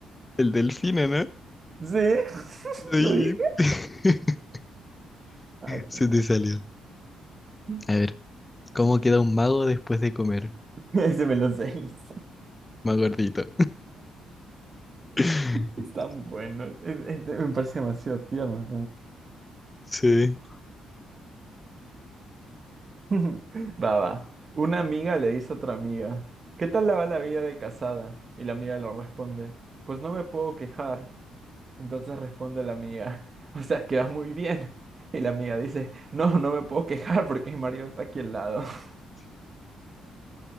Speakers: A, on the left; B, on the right.
A: El delfino, ¿no?
B: Sí, <laughs>
A: Lo
B: lo
A: dijiste.
B: dije.
A: <laughs>
B: Ay,
A: Se te salió.
B: <laughs>
A: A ver, ¿cómo queda un mago después de comer?
B: ese me lo sé. <laughs> lo sé.
A: Más gordito. <laughs>
B: Es tan bueno. Es- es- me parece demasiado tierno
A: Sí.
B: <laughs> Va, va. Una amiga le dice a otra amiga, ¿qué tal la va la vida de casada? Y la amiga le responde, pues no me puedo quejar. Entonces responde la amiga, <laughs> o sea, que va muy bien. Y la amiga dice, no, no me puedo quejar porque mi marido está aquí al lado. <laughs>